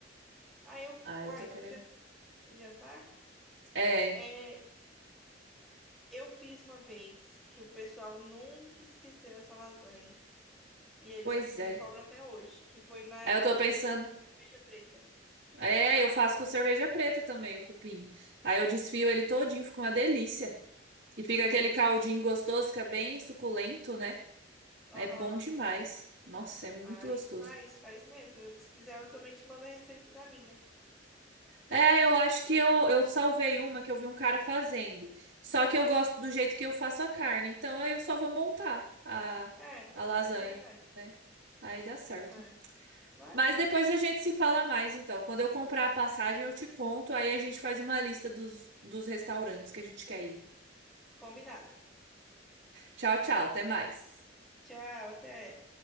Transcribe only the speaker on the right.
Ah,
eu tô querendo.
É,
pois
é.
Aí eu
tô pensando.
É, eu faço com cerveja preta também, o cupim. Aí eu desfio ele todinho, fica uma delícia. E fica
aquele caldinho
gostoso, que é bem suculento, né?
É bom demais. Nossa, é muito
gostoso.
É, eu acho que eu, eu salvei uma que eu vi um cara fazendo. Só que eu gosto do jeito que eu faço a carne. Então aí eu só vou montar a,
a lasanha,
né? Aí dá certo.
Mas
depois
a gente se fala mais, então. Quando eu comprar a passagem, eu te conto. Aí a gente faz uma lista dos, dos restaurantes que a gente quer ir.
Tchau, tchau. Até mais.